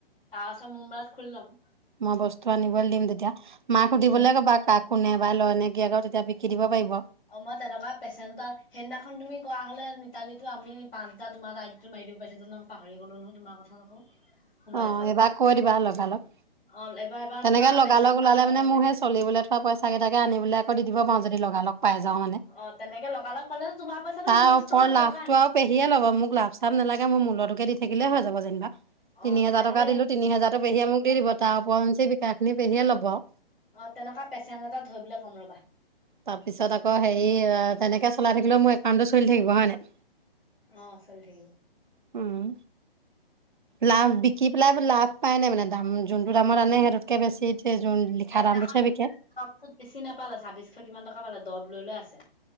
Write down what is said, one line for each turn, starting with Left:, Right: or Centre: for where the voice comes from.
Left: তাৰ পাছত মোৰ মোবাইলত খুলি লম।
Right: মই বস্তু আনিবলৈ দিম তেতিয়া মাক সুধিবলৈ
Left: উম
Right: ক'বা কাক। কোনে বা লয় নে কি আকৌ তেতিয়া বিকি দিব পাৰিব।
Left: অ মই তেনেকুৱা পেচেণ্ট এটা সেইদিনাখন তুমি কোৱা হলে মিতালীটো আমি পাঁচহাজাৰ তোমাৰ আই দি টোত মাৰি দিব পাৰিলো হেতেন ন পাহৰি গ'লো নহয় তোমাৰ কথা আকৌ সোমাই
Right: অ
Left: আছা বুলি
Right: এইবাৰ কৈ দিবা লগালগ
Left: অ এবাৰ এবাৰ
Right: তেনেকে
Left: তোমাৰ
Right: লগালগ
Left: পেচেণ্ট
Right: ওলালে
Left: পালে তেনেকে
Right: মানে মোৰহে। চলিবলৈ থোৱা পইচা কেইটাকে আনিবলৈ আকৌ দি দিব পাৰো যদি লগা লগ পাই যাওঁ মানে।
Left: অ তেনেকে লগা লগ পালেটো তোমাৰ পইচাটো
Right: তাৰ
Left: ইউজ
Right: ওপৰত
Left: কৰিবলৈ
Right: লাভটো
Left: দৰকাৰ নাই।
Right: আৰু পেহীয়ে ল'ব মোক লাভ চাভ নালাগে মোৰ মূলটোকে দি থাকিলে হৈ যাব যেনিবা
Left: অ
Right: তিনি
Left: তেতিয়াহ'লে
Right: হেজাৰ টকা
Left: সেই
Right: দিলো। তিনি হাজাৰটো পেহীয়ে মোক দিব তাৰ ওপৰঞ্চি বিকাখিনি পেহীয়ে ল'ব আৰু।
Left: অ তেনেকুৱা পেচেণ্ট এটা ধৰিবলে কম ৰ'বা।
Right: তাৰ পিছত আকৌ হেৰি তেনেকে চলাই থাকিলেও মোৰ একাউণ্টটো চলি থাকিব হয় নাই।
Left: অ চলি থাকিব।
Right: উম। লাভ বিকি পেলাই লাভ পাই নাই মানে দাম যোনটো দামত আনে সেইটোতকে বেছি। যে যোন লিখা
Left: সেইদিনাখন
Right: দামটোত হে বিকে।
Left: দৰবটোত বেছি নাপালে ছাব্বিশশ কিমান টকা পালে দৰব ললে আছে